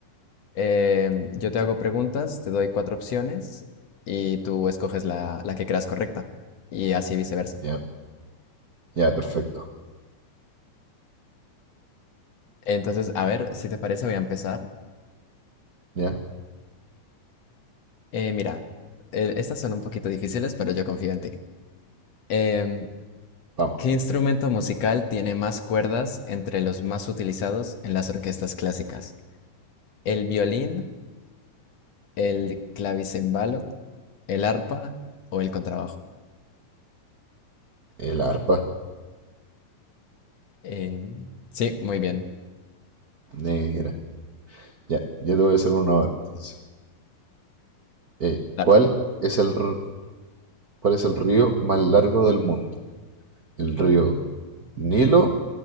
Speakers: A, on the left (about 60°); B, on the right (about 50°).
A: Eh, yo te hago preguntas, te doy cuatro opciones y tú escoges la, la que creas correcta y así viceversa.
B: Ya, ya, perfecto.
A: Entonces, a ver, si te parece, voy a empezar.
B: Ya,
A: Eh, mira, eh, estas son un poquito difíciles, pero yo confío en ti. Em,
B: vamos.
A: ¿qué instrumento musical tiene más cuerdas entre los más utilizados en las orquestas clásicas? ¿El violín, el clavicembalo? ¿El arpa o el contrabajo?
B: El arpa.
A: Em, sí, muy bien.
B: Negra. Ya, ya te voy a hacer una hora entonces. Eh,
A: Dale.
B: ¿cuál es el, r- cuál es el río más largo del mundo? ¿El río Nilo,